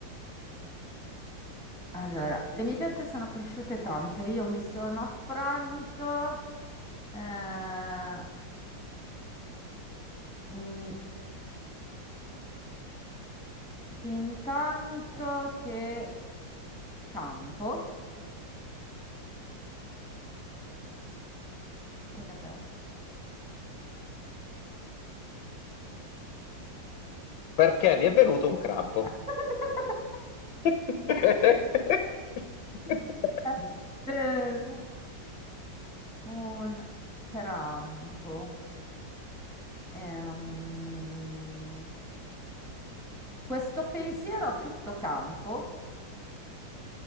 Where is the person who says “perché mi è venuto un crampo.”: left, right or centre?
Left